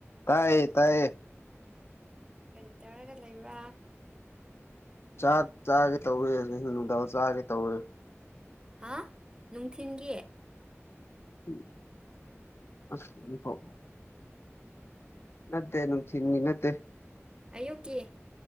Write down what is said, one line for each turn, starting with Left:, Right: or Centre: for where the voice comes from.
Left: ꯇꯥꯏꯌꯦ ꯇꯥꯏꯌꯦ
Right: ꯀꯔꯤ ꯇꯧꯔꯒ ꯂꯩꯕ꯭ꯔꯥ
Left: ꯆꯥꯛ ꯆꯥꯒꯦ ꯇꯧꯋꯦ ꯍꯧꯖꯤꯛꯅ ꯅꯨꯗꯜ ꯆꯥꯒꯦ ꯇꯧꯋꯦ
Right: ꯍꯥ ꯅꯨꯡꯊꯤꯟꯒꯤ
Left: ꯄꯥꯎ <inaudible> ꯅꯠꯇꯦ ꯅꯨꯡꯊꯤꯟꯒꯤ ꯅꯠꯇꯦ
Right: ꯑꯌꯨꯛꯀꯤ